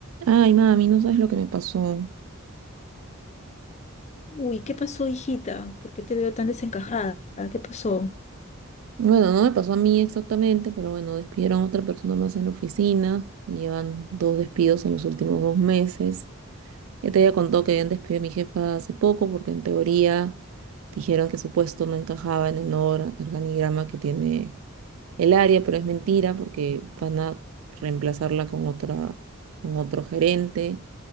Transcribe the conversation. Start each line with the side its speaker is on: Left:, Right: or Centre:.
Right: Ay, mami, no sabes lo que me pasó.
Left: Uy, ¿qué pasó, hijita? ¿Por qué te veo tan desencajada? ¿Qué pasó?
Right: Bueno, no me pasó a mí exactamente, pero bueno, despidieron a otra persona más en la oficina. y Llevan dos despidos en los últimos dos meses. Ya te había contado que habían despedido a mi jefa hace poco porque en teoría dijeron que su puesto no encajaba en el nuevo or- organigrama que tiene el área, pero es mentira porque van a reemplazarla con otra, con otro gerente.